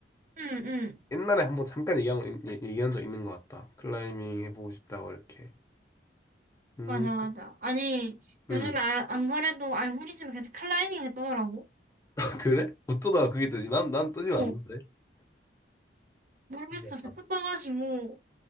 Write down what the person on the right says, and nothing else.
응, 응.
맞아, 맞아. 아니,
요즘에 아- 안 그래도 알고리즘에 계속 클라이밍이 떠더라고
어,
모르겠어.
자꾸 떠가지고,